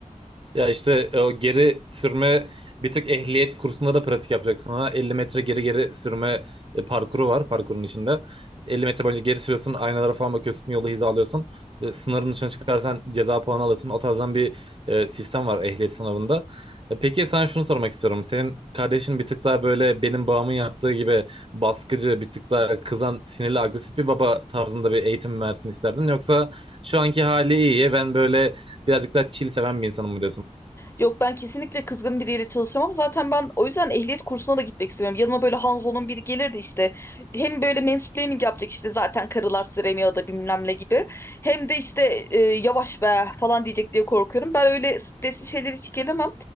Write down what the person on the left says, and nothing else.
Yok ben kesinlikle kızgın biriyle çalışamam. Zaten ben o yüzden ehliyet kursuna da gitmek istemiyorum. Yanıma böyle Hanzo'nun biri gelirdi işte. Hem böyle mansplaining yapacak işte zaten karılar süremiyor da bilmem ne gibi. Hem de işte e, yavaş be falan diyecek diye korkuyorum. Ben öyle stresli şeyler hiç gelemem.